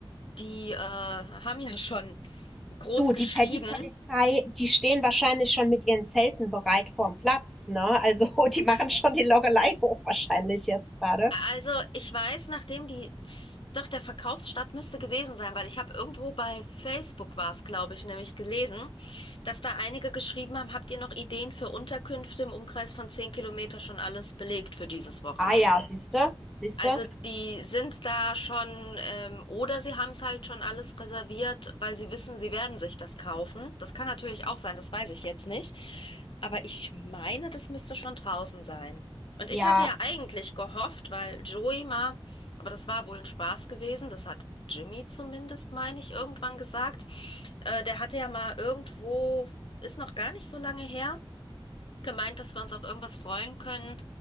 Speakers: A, on the left; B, in the centre.
A: die äh, haben ja schon groß
B: Du, die
A: geschrieben.
B: Paddy-Polizei, die stehen wahrscheinlich schon mit ihren Zelten bereit vorm Platz, ne? Also, <laughs> die machen schon die Loreley hoch wahrscheinlich jetzt gerade.
A: Also ich weiß, nachdem die, z- doch der Verkaufsstart müsste gewesen sein, weil ich habe irgendwo bei Facebook war es, glaube ich, nämlich gelesen, dass da einige geschrieben haben, habt ihr noch Ideen für Unterkünfte im Umkreis von 10 Kilometer schon alles belegt für dieses Wochenende?
B: Ah ja, siehste, siehste.
A: Also die sind da schon, ähm, oder sie haben es halt schon alles reserviert, weil sie wissen, sie werden sich das kaufen. Das kann natürlich auch sein, das weiß ich jetzt nicht. Aber ich meine, das müsste schon draußen sein. Und
B: Ja,
A: ich hatte ja eigentlich gehofft, weil Joey mal, aber das war wohl ein Spaß gewesen, das hat Jimmy zumindest, meine ich, irgendwann gesagt. Äh, der hatte ja mal irgendwo, ist noch gar nicht so lange her, gemeint, dass wir uns auf irgendwas freuen können,